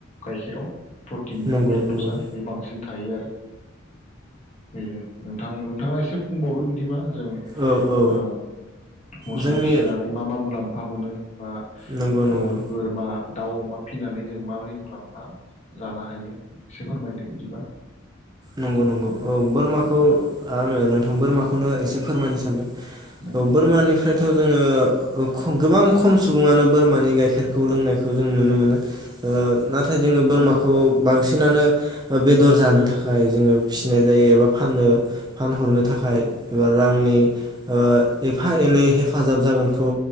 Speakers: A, on the left; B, on the right.
A: गायखेराव प्रटिन
B: नंगौ
A: लेक्टसा
B: नंगौ
A: बे बांसिन थायो आरो बेनो नोंथां नोंथाङा एसे बुंबावदो बिदिबा जों
B: औ औ
A: ओ मोसौ
B: जोंनि
A: फिसिनानै मा मा मुलाम्फा मोनो बा
B: नंगौ
A: ओ
B: नंगौ
A: बोरमा दाउ, अमा फिनानै जों माबोरै मुलाम्फा जानो हायो एसे फोरमायदो बिदिबा
B: नंगौ नंगौ औ बोरमाखौ आङो नोंथां बोरमाखौनो एसे फोरमायनो सानदों।
A: नंगौ
B: औ बोरमानि फ्रायथ' जोङो ओ गोबां खम सुबुङानो बोरमानि गाइखेरखौ लोंनायखौ जों नुनो मोनो ओ नाथाय जोङो बोरमाखौ बांसिनानो बेदर जानो था खाय जोङो फिसिनाय जायो एबा फाननो फानहरनो थाखाय एबा रांनि ओ एफा एनै हेफाजाब जागोनखौ